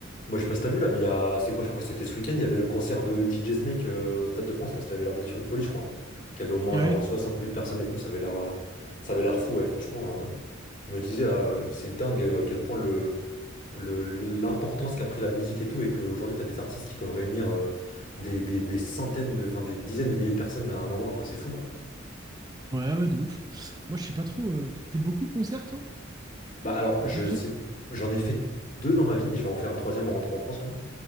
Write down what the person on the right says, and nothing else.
Ah
ouais.
Ouais, ouais, de ouf. Moi, je suis pas trop. euh, T'es t'es beaucoup concert, toi?
T'as
déjà fait?